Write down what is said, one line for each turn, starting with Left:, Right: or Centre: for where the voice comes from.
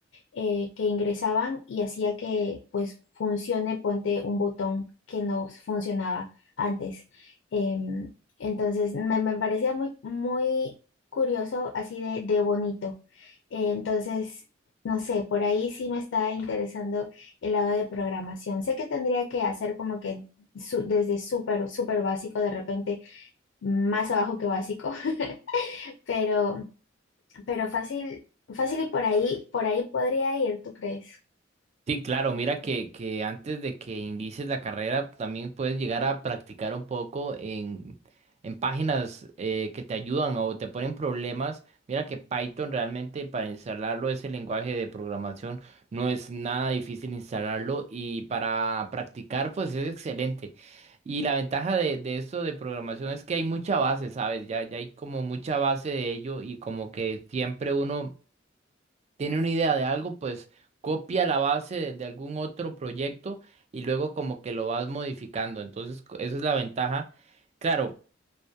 Left: eh, que ingresaban y hacía que pues funcione, ponte un botón que no funcionaba antes. Em, entonces me, me parecía muy, muy curioso, así de, de bonito. Eh, entonces, no sé, por ahí sí me está interesando el lado de programación. Sé que tendría que hacer como que su- desde súper, súper básico, de repente más abajo que básico, <laughs> pero, pero fácil, fácil y por ahí, por ahí podría ir, ¿tú crees?
Right: Sí, claro, mira que, que antes de que inicies la carrera también puedes llegar a practicar un poco en, en páginas eh, que te ayudan o te ponen problemas. Mira que Python realmente para instalarlo ese lenguaje de programación no es nada difícil instalarlo y para practicar pues es excelente. Y la ventaja de, de esto de programación es que hay mucha base, ¿sabes? Ya, ya hay como mucha base de ello y como que siempre uno tiene una idea de algo, pues copia la base de, de algún otro proyecto y luego como que lo vas modificando. Entonces, co- esa es la ventaja. Claro,